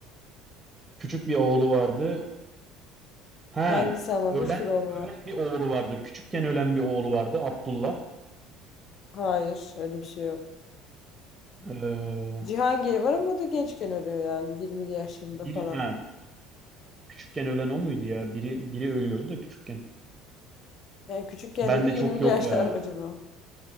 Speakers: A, on the right; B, on the left.
A: küçük bir oğlu vardı. Ha,
B: Hangisi ama
A: ölen
B: bir sürü oğlu var.
A: ölen bir oğlu vardı. Küçükken ölen bir oğlu vardı. Abdullah.
B: Hayır öyle bir şey yok.
A: Ee,
B: Cihangir var ama o da gençken ölüyor yani 20'li yaşlarında
A: biri
B: falan.
A: ha küçükken ölen o muydu ya? Biri biri ölüyordu da küçükken.
B: Yani küçükken
A: Ben
B: dediğin
A: de
B: 20'li
A: çok yok
B: yaşlar
A: ya.
B: mı acaba?